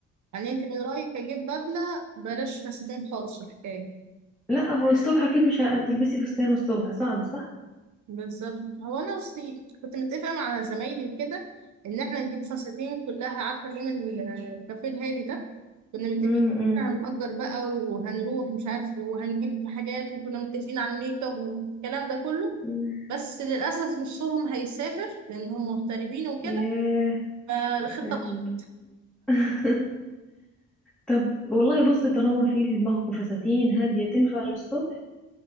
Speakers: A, on the right (about 70°); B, in the centre.
A: يعني أنت من رأيك أجيب بدلة بلاش فساتين خالص في الحكاية
B: لا هو الصبح اكيد مش هتلبسي فستان الصبح صعب صعب
A: بالظبط هو انا اصلي كنت متفقه مع زمايلي وكده ان احنا نجيب فساتين كلها عارفه لون ال- الكافيه الهادي ده كنا متفقين
B: امم
A: إن إحنا هنأجر بقى وهنروح مش عارف وهنجيب حاجات وكنا متفقين على الميك اب والكلام ده كله
B: امم
A: بس للاسف نصهم هيسافر لان هم مغتربين وكده
B: ياه
A: فالخطه
B: يا
A: باظت
B: الله <laughs> طب والله بصي طالما فيه دماغكم فساتين هادية تنفع للصبح